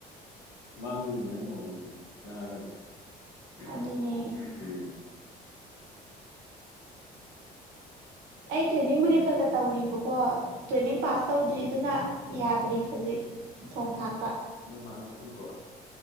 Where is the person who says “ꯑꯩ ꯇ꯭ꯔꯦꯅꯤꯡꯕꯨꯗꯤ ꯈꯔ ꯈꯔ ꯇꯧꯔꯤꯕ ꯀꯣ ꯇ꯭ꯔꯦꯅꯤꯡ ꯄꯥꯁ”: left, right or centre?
Right